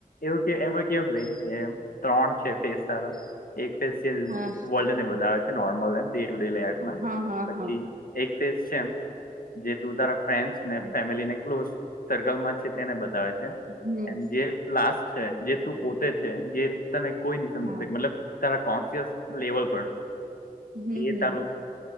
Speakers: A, on the left (about 70°); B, on the right (about 60°).
A: એવું કે એમાં કેવું ક ત્રણ છે ફેસ સારા એક
B: હા
A: વલ્ને બધ છે નોર્મલ એ ડે ટુ ડે લફ
B: હા હા
A: પછી
B: હા
A: એક ફેઝ છે એમ જે તું તારા ફ્રેન્ડસ ને ફેમિલીને ક્લોઝ સર્કલમાં છે તેને બતાવે છે
B: હમ
A: એમ જે લાસ છે જે તું પોતે છે જે તને કોઈ નહી સમજી
B: હા
A: મતલબ તારા કોન્શિયસ લેવલ પર
B: હમ
A: એ
B: હમ
A: તારું